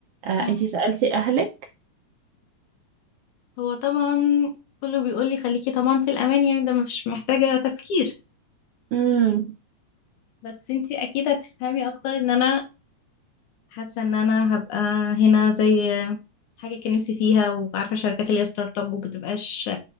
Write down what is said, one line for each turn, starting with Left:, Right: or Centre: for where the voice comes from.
Right: آه،
Left: مم.
Right: انتي سألتي أهلك
Left: هو طبعا كله بيقول لي خليكي طبعا في الامان يعني ده مش محتاجة تفكير
Right: امم
Left: بس انتي اكيد هتفهمي اكتر ان انا حاسه ان انا هبقى هنا زي حاجه كان نفسي فيها وعارفه الشركات اللي هي ستارت اب ومبتبقاش